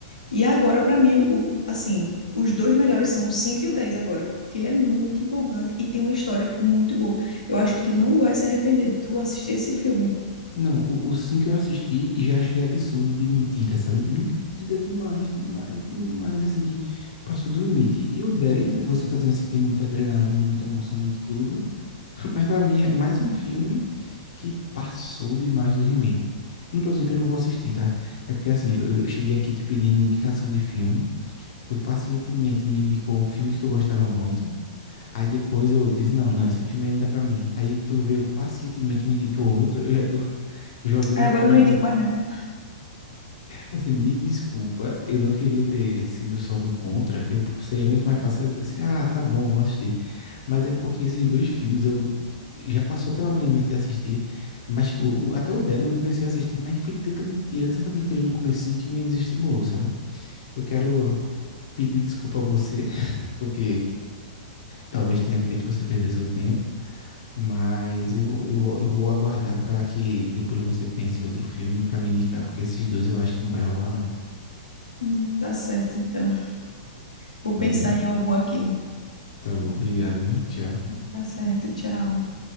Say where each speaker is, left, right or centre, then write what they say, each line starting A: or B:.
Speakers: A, on the left; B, on the left.
A: E agora para mim o assim, os dois melhores são o 5 e o 10 agora, porque ele é muito empolgante e tem uma história muito boa. Eu acho que tu não vai se arrepender de tu assistir esse filme.
B: Não, o, o 5 eu assisti e já achei absurdo de mentira, sabe? Mentira demais, demais, demais, assim, que passou do limite. E o 10 você tá dizendo assim, tem muita adrenalina, muita emoção, muito tudo, <laughs> mas pra mim é mais um filme que passou demais do limite. Não tô dizendo que eu não vou assistir, tá? É porque, assim, eu eu cheguei aqui te pedindo indicação de filme, Tu pacientemente me indicou um filme que tu gostava muito. Aí depois eu disse, não, não, esse filme aí não dá pra mim. Aí tu veio pacientemente me indicou outro. Eu já tô <laughs> jogando
A: Aí agora
B: o filme
A: eu não
B: no...
A: indico mais não.
B: Assim, me desculpa, eu não queria ter sido só do contra. Eu seria muito mais fácil eu dizer assim, ah, tá bom, vou assistir. Mas é porque esses dois filmes eu já passou pela minha mente de assistir, mas o, o- até o 10 eu comecei a assistir, mas foi tanta mentira, tanta mentira no comecinho que me desestimulou, sabe? Eu quero pedir desculpa a você, <laughs> porque talvez tenha feito você perder seu tempo, mas eu, eu, eu vou aguardar para que depois você pense em outro filme para me indicar, porque esses dois eu acho que não vai rolar, não.
A: Hum, tá certo então. Vou pensar
B: Valeu.
A: em algum aqui.
B: Tá bom, obrigado, viu? Tchau.
A: Tá certo, tchau.